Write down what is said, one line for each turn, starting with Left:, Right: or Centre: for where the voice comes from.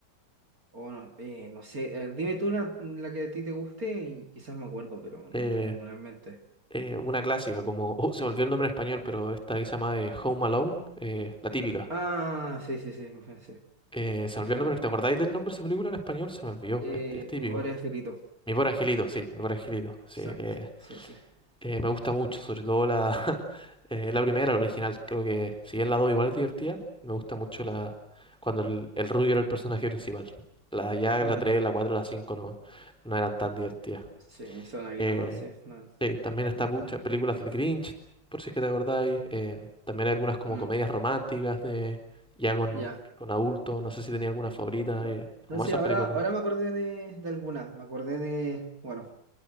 Right: o no, eh, no sé, eh, dime tú la, la que a ti te guste y quizás me acuerdo, pero no
Centre: eh,
Right: tengo ninguna en mente.
Centre: eh, una clásica como, oh, se me olvidó el nombre en español, pero esta que se llama eh, Home Alone, eh, la típica.
Right: Ah, sí, sí, sí, me pensé.
Centre: Eh, se me olvidó
Right: Es buena.
Centre: el nombre, ¿te acordáis del nombre de esa película en español? Se me olvidó,
Right: Eh,
Centre: es, es típico.
Right: mi pobre angelito.
Centre: Mi pobre angelito, sí, mi pobre angelito, sí.
Right: Exacto,
Centre: eh,
Right: sí, sí.
Centre: eh, me gusta mucho, sobre todo la, <laughs> eh, la primera, la original. Creo que si bien la 2 igual es divertida, me gusta mucho la cuando el, el rubio era el personaje principal. La, ya
Right: Mm,
Centre: la 3 la 4 la 5 no, no eran tan divertidas.
Right: sí, son aquí
Centre: Eh,
Right: nomás, sí. no,
Centre: Sí, también está
Right: mm,
Centre: muchas películas del Grinch, por si es que te acordáis. em, también hay algunas como
Right: mm,
Centre: comedias románticas de ya con,
Right: ya.
Centre: con adultos. No sé si tenía alguna favorita.
Right: No.
Centre: eh,
Right: Entonces,
Centre: como esas
Right: ahora,
Centre: películas
Right: ahora
Centre: también.
Right: me acordé de, de alguna, me acordé de, bueno.